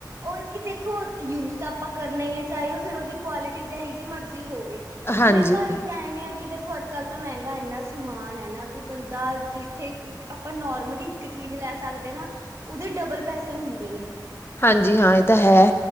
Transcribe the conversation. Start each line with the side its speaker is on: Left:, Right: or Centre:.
Right: ਉਹ ਇੱਕ ਕਿ ਦੇਖੋ ਯੂਜ਼ ਤਾਂ ਆਪਾਂ ਕਰਨਾ ਹੀ ਹੈ ਚਾਹੇ ਉਹ ਫਿਰ ਉਹਦੀ ਕੁਆਲਿਟੀ ਜਿਹੀ ਜੀ ਮਰਜ਼ੀ ਹੋਵੇ।
Left: ਹਾਂਜੀ
Right: ਮਹਿੰਗਾਈ ਐਵੇਂ ਆ ਕਿ ਦੇਖੋ ਅੱਜ ਕੱਲ ਤਾਂ ਮਹਿੰਗਾ ਇੰਨਾ ਸਮਾਨ ਹੈ ਨਾ ਵੀ ਬੰਦਾ ਜਿੱਥੇ। ਆਪਾਂ ਨੋਰਮਲੀ ਇੱਕ ਚੀਜ਼ ਲੈ ਸਕਦੇ ਨਾ ਉਹਦੇ ਡਬਲ ਪੈਸੇ ਹੁੰਦੇ ਨੇ।
Left: ਹਾਂਜੀ ਹਾਂ ਇਹ ਤਾਂ ਹੈ।